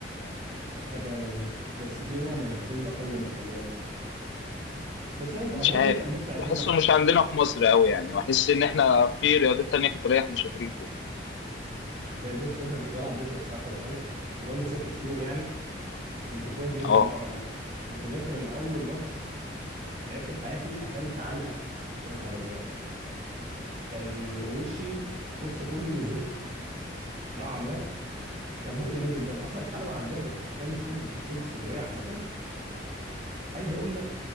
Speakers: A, on the right (about 40°); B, on the left (about 75°).
A: انا فاهم قصدك بس في نوع من الكاراتيه بيبقى قوي جدا خلي بالك بس هي
B: مش
A: انت اظن
B: عارف
A: ان انت البوكس هيعجبك
B: بحسه
A: اكتر
B: مش عندنا في مصر قوي يعني بحس ان احنا في رياضات تانية قتاليه احنا شاطرين فيها
A: زي البوكس مثلا كنت بلعب بوكس الصراحه زمان اللي هو من ست شهور يعني كنت كويس جدا
B: اه
A: نوعا ما انا متذكر ان اول ماتش لعبته في حياتي اكلت علقه يا نهار ازرق كان وشي بص كله مزرق نوعا ما وكان بقي بينزل دم اصلا الحلبه عندنا كنت في مكان مشهور مشهور في اسكندريه عامه عايز اقول لك